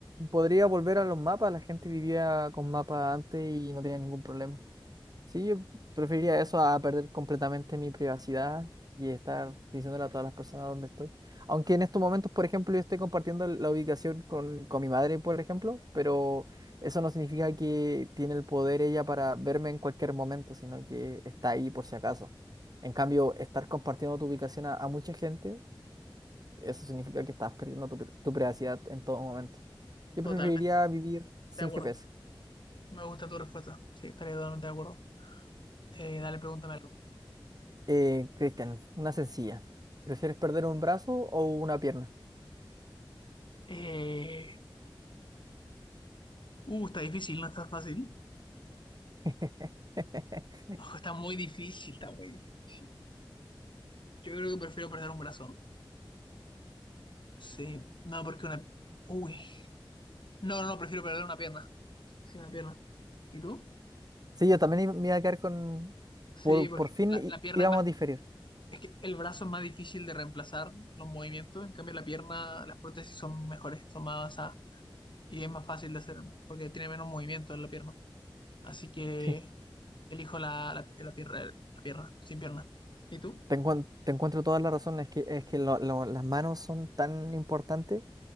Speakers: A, on the right (about 45°); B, on the left (about 65°).
A: podría volver a los mapas, la gente vivía con mapas antes y no tenía ningún problema. Sí, yo preferiría eso a perder completamente mi privacidad y estar diciéndole a todas las personas dónde estoy. Aunque en estos momentos, por ejemplo, yo esté compartiendo la ubicación con, con mi madre, por ejemplo, pero eso no significa que tiene el poder ella para verme en cualquier momento, sino que está ahí por si acaso. En cambio, estar compartiendo tu ubicación a, a mucha gente, eso significa que estás perdiendo tu, pri- tu privacidad en todo momento. Yo
B: Totalmente
A: preferiría vivir sin
B: de acuerdo.
A: GPS.
B: Me gusta tu respuesta. Sí, estaría totalmente de acuerdo. Eh, dale, pregúntame algo.
A: Eh, Cristian, una sencilla. ¿Prefieres perder un brazo o una pierna?
B: Eh, uh, está difícil, no está fácil.
A: <laughs>
B: <laughs> Ojo, está muy difícil, está muy difícil. Yo creo que prefiero perder un brazo. Sí, no, porque una... Uy. No, no, no, prefiero perder una pierna. Sí, una pierna. ¿Y tú?
A: Sí, yo también iba- me iba a quedar con...
B: Sí,
A: Por,
B: porque
A: por fin
B: la,
A: í-
B: la pierna
A: íbamos
B: es más...
A: a diferir.
B: Es que el brazo es más difícil de reemplazar los movimientos. En cambio, la pierna, las prótesis son mejores, son más avanzadas. Y es más fácil de hacer porque tiene menos movimiento en la pierna. Así que
A: Sí.
B: elijo la, la, la pierna, la pierna, sin pierna. ¿Y tú?
A: Te encuentro, te encuentro todas las razones. Es que, es que lo- lo- las manos son tan importantes